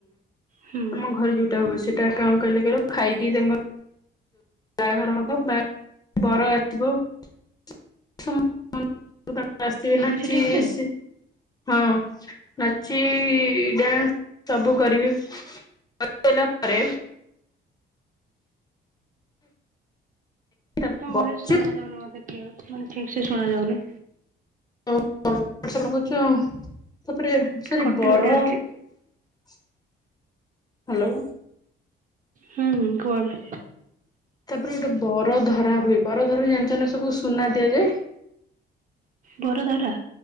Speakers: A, on the right; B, on the left.
A: ହୁଁ
B: ଆମ ଘରେ ଯୋଉ। ତ ସେଟା କଣ କହିଲେ କହିଲେ ଖାଇକି ତାଙ୍କ- ବାହାଘର ହବ ବାହାଘ ବର ଆସିବ <unintelligible> <unintelligible> ଆସ୍
A: ଶୁଭୁଛି
B: ବି ନାଛିି
A: ଠିକ ସେ?
B: ହଁ ନାଚି ଡ୍ୟାନ୍ସ ସବୁ କରିବେ। ପରେ- <unintelligible> ତାପରେ
A: ତମ ଭୟସ ଶୁଣ ଯାଉନି ମତେ କ୍ଲିୟର ମାନେ ଠିକ ସେ ଶୁଣାଯାଉନି।
B: <inaudible> ତାପରେ ସରି
A: କଟି
B: ବର-
A: କଟି ଆସୁଛି।
B: ହ୍ୟାଲୋ!
A: ହୁଁ କୁହନ୍ତୁ।
B: ତାପରେ ଗୋଟେ ବର ଧରା ହୁଏ। ବରଧରା ଜାଣିଛନ ସବୁ ସୁନା ଦିଆଯାଏ।
A: ବରଧାରା